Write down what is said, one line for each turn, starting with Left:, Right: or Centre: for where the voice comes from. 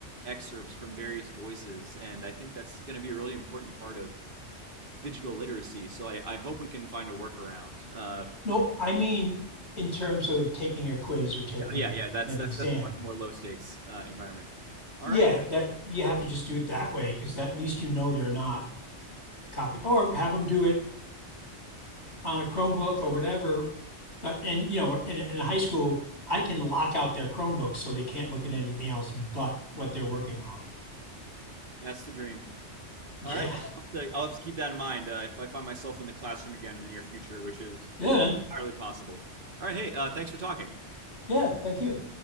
Right: excerpts from various voices, and I think that's going to be a really important part of digital literacy. So I, I hope we can find a workaround. Uh,
Left: No, I mean in terms of taking a quiz or taking
Right: yeah, yeah, that's
Left: an
Right: that's
Left: exam.
Right: that's a much more low stakes uh, environment. All
Left: Yeah,
Right: right,
Left: that you have to just do it that way because at least you know they're not copy or have them do it on a Chromebook or whatever, but and you know in, in a high school I can lock out their Chromebooks so they can't look at anything else but what they're working on.
Right: that's the dream.
Left: <laughs>
Right: All right,
Left: Yeah,
Right: well, I'll, have to, I'll have to keep that in mind uh, if I find myself in the classroom again in the near future, which is
Left: yeah, man.
Right: entirely possible. All right, hey, uh, thanks for talking.
Left: yeah. Thank you.